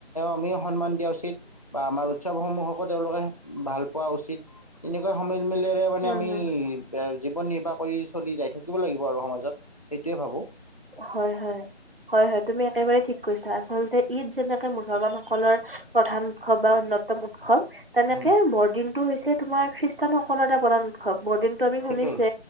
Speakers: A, on the left; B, on the right.
A: আমি সন্মান। দিয়া উচিত বা আমাৰ উৎসৱসমূহকো তেওঁলোকে ভাল পোৱা উচিত তেনেকুৱা সময়ত। মিলেৰে মানে
B: হুম
A: আমি।
B: হুম
A: জীৱন নিৰ্বাহ কৰি চলি যাই থাকিব লাগিব আৰু সমাজত সেইটোৱে ভাবোঁ?
B: হয় হয় হয় হয় তুমি একেবাৰেই ঠিক কৈছা আচলতে ঈদ যেনেকে মুছলমান সকলৰ প্ৰধান উৎসৱ বা অন্যতম উৎসৱ। তেনেকে
A: উম,
B: বৰদিনটো হৈছে তোমাৰ। খ্ৰীষ্টানসকলৰ এটা প্ৰধান উৎসৱ। বৰদিন টো আমি
A: ঠিকেই
B: শুনিছে